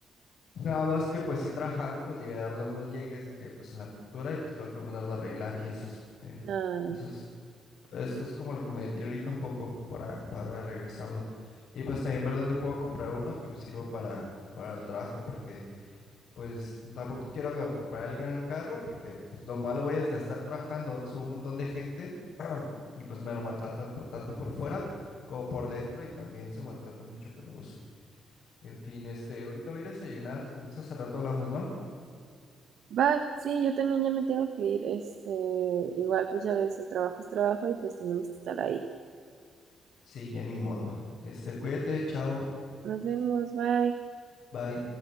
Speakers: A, on the left (about 75°); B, on the right (about 75°).
A: Nada más que pues sí trabajando, pues llegué a darle unos llegues de que pues en la pintura y pues tengo que mandarlo a arreglar y eso es, eh,
B: no.
A: pues es, es, es como lo que me detiene ahorita un poco para, para regresarlo. Y pues también ver dónde puedo comprar uno que me sirva para, para el trabajo, porque pues tampoco quiero ga- comprar el gran carro, porque pues, lo malo voy a es gastar trabajando, subo un montón de gente y pues me lo maltratan por- tanto por fuera como por dentro y también se maltrata mucho con la luz. En fin, este, ahorita voy a ir a desayunar, si gustas al rato hablamos, ¿va?
B: Va, sí, yo también ya me tengo que ir. Este, igual, pues ya ves, el trabajo es trabajo y pues tenemos que estar ahí.
A: Sí, ya ni modo. Este, cuídate, chao,
B: Nos vemos, bye.
A: bye.